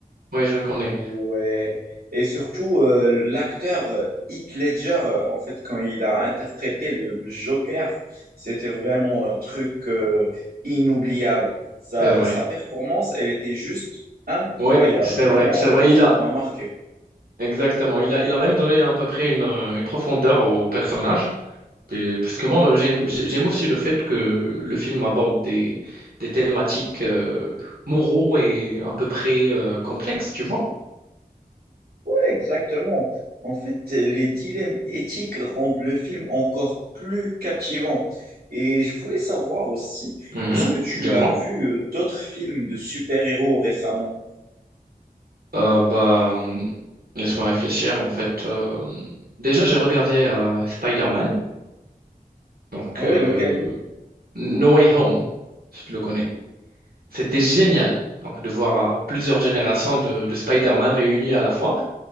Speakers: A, on the right; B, on the right.
A: oui, je le connais.
B: Ouais. Et surtout, euh, l'acteur euh, Heath Ledger, euh, en fait, quand il a interprété le, le Joker, c'était vraiment un truc euh, inoubliable. Sa,
A: C'est vrai.
B: sa performance, elle était juste incroyable.
A: Oui, c'est
B: Vraiment,
A: vrai, c'est vrai,
B: euh,
A: il a,
B: il m'a marqué.
A: exactement, il a, il a même donné à peu près une, euh, une profondeur au personnage. Et- parce que moi, moi, j'aime, j'ai- j'aime aussi le fait que le film aborde des, des thématiques euh, moraux et à peu près euh, complexes, tu vois.
B: Exactement. En fait, les dilemmes éthiques rendent le film encore plus captivant. Et je voulais savoir aussi,
A: Mhm,
B: est-ce que tu
A: dis-moi.
B: as vu euh, d'autres films de super-héros récemment?
A: Euh, bah, hum, laisse-moi réfléchir, en fait. euh, déjà, j'ai regardé euh, Spider-Man, donc
B: Ah ouais,
A: euh,
B: lequel?
A: No Way Home, si tu le connais. C'était génial. Donc, de voir euh, plusieurs générations de, de Spider-Man réunies à la fois.